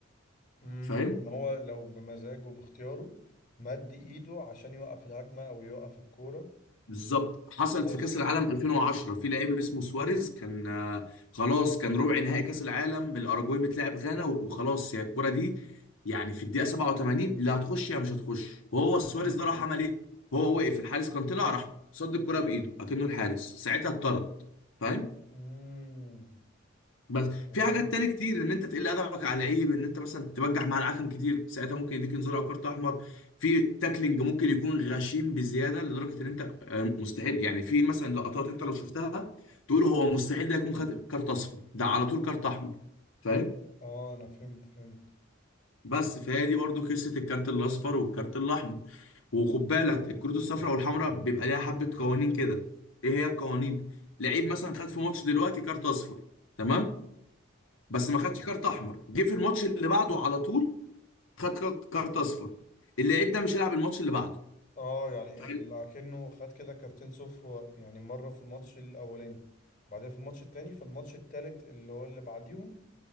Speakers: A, on the left; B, on the left.
A: امم
B: فاهم
A: ان هو لو بمزاجه باختياره مد ايده عشان يوقف الهجمه او يوقف الكوره
B: بالظبط حصلت
A: قاصد
B: في كاس العالم 2010 في لعيب اسمه سواريز كان آه، خلاص كان ربع نهائي كاس العالم الاراجواي بتلعب غانا و- وخلاص هي الكره دي يعني في الدقيقه 87 لا هتخش يا مش هتخش وهو سواريز
A: امم
B: ده راح عمل ايه هو وقف الحارس كان طلع راح صد الكره بايده اكنه الحارس ساعتها اتطرد فاهم
A: امم
B: بس
A: فهمت
B: في حاجات تاني كتير ان انت تقل ادبك على لعيب ان انت مثلا تبجح مع الحكم كتير ساعتها ممكن يديك انذار او كارت احمر في تاكلينج ممكن يكون غشيم بزياده لدرجه ان انت آه، مستحيل يعني في مثلا لقطات انت لو شفتها تقول هو مستحيل ده يكون خد كارت اصفر ده على طول كارت احمر فاهم
A: اه انا فهمت فهمت
B: بس فهي دي برضو قصه الكارت الاصفر والكارت الاحمر وخد بالك الكروت الصفراء والحمراء بيبقى ليها حبه قوانين كده ايه هي القوانين لعيب مثلا خد في ماتش دلوقتي كارت اصفر تمام بس ما خدش كارت احمر جه في الماتش اللي بعده على طول خد كارت كارت اصفر اللعيب ده مش هيلعب الماتش اللي بعده
A: اه يعني
B: فاهم
A: ال- اكنه خد كده كارتين صفر و- يعني مره في الماتش الاولاني بعدين في الماتش التاني في الماتش التالت اللي هو اللي بعديهم